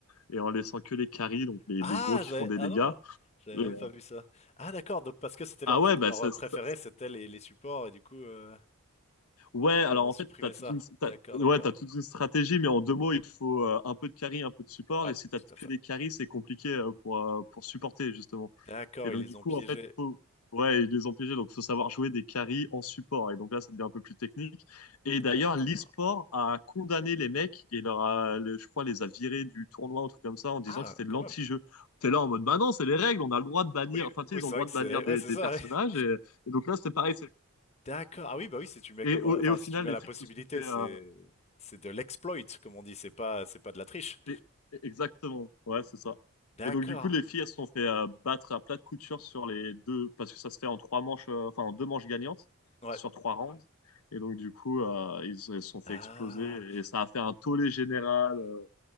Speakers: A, on the left; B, on the left.
A: et en laissant que les carries, donc les,
B: Ah,
A: les gros qui
B: j'avais,
A: font des
B: ah
A: dégâts.
B: non, j'avais
A: Et,
B: même
A: euh,
B: pas vu ça. Ah d'accord, donc parce que c'était
A: ah
B: leur,
A: ouais,
B: leur
A: bah ça,
B: euh, préféré,
A: ça,
B: c'était les, les supports et du coup, euh,
A: Ouais, alors
B: ils leur ont
A: en
B: supprimé
A: fait, t'as toute
B: ça.
A: une, t'as-
B: D'accord,
A: ouais,
B: d'accord.
A: t'as toute une stratégie, mais en deux mots, il te faut euh, un peu de carry, un peu de support.
B: Ouais,
A: Et si t'as
B: tout
A: que
B: à fait.
A: des carries, c'est compliqué euh, pour, euh, pour supporter, justement.
B: D'accord,
A: Et donc,
B: ils les
A: du
B: ont
A: coup,
B: piégés.
A: en fait, faut, ouais, et les empêcher. Donc, faut savoir jouer des carries en support. Et donc là, ça devient un peu plus technique. Et d'ailleurs,
B: D'accord.
A: l'e-sport a condamné les mecs et leur a, le- je crois, les a virés du tournoi, un truc comme ça, en disant
B: Ah,
A: que c'était de
B: quand
A: l'anti-jeu.
B: même.
A: T'es là en mode, bah non, c'est les règles, on a le droit de bannir,
B: Oui,
A: enfin,
B: oui,
A: tu sais, ils
B: c'est
A: ont le droit
B: vrai que
A: de
B: c'est,
A: bannir des,
B: ouais, c'est
A: des
B: ça.
A: personnages.
B: <laughs>
A: Et, et donc là, c'était pareil. c'est-
B: D'accord. Ah oui, bah oui, si tu mets
A: Et
B: comme,
A: au,
B: ré- enfin,
A: et au final,
B: si tu mets
A: les
B: la
A: filles
B: possibilité,
A: se sont fait,
B: c'est,
A: euh,
B: c'est de l'exploit, comme on dit. C'est pas, c'est pas de la triche.
A: Et- Exactement, ouais, c'est ça.
B: D'accord.
A: Et donc, du coup, les filles, elles se sont fait euh, battre à plat de couture sur les deux, parce que ça se fait en trois manches, euh, enfin, en deux manches gagnantes,
B: Ouais.
A: sur trois rounds. Et donc, du coup, euh, ils, elles se sont fait
B: Ah.
A: exploser et ça a fait un tollé général. euh,